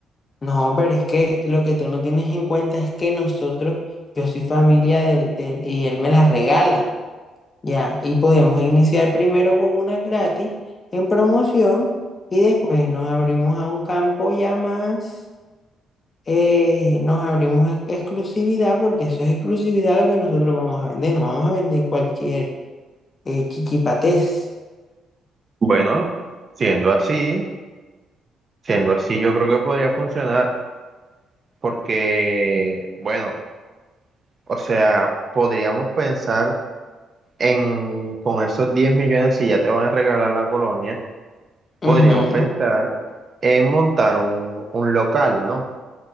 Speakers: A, on the left; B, on the right.
A: No, pero es que lo que tú no tienes en cuenta es que nosotros, yo soy familia del, del- y él me las regala, ya, y podemos iniciar primero con una gratis en promoción y después nos abrimos a un campo ya más. eh, nos abrimos en exclusividad porque eso es exclusividad lo que nosotros vamos a vender. No vamos a vender cualquier eh, chichipatés.
B: Bueno, siendo así, siendo así, yo creo que podría funcionar. Porque, bueno, o sea, podríamos pensar en, con esos 10 millones, si ya te van a regalar la colonia, podríamos
A: Ujú,
B: pensar en montar un, un local, ¿no?